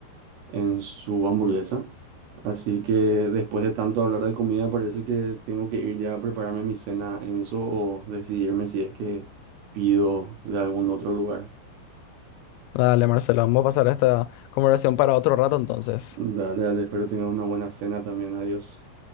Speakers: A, on the right; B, on the left.
A: en su hamburguesa. Así que después de tanto hablar de comida, parece que tengo que ir ya a prepararme mi cena, Enzo, o decidirme si es que pido de algún otro lugar.
B: Dale, Marcelo, vamos a pasar esta conversación para otro rato entonces.
A: Dale, dale, espero tengas una buena cena también. Adiós.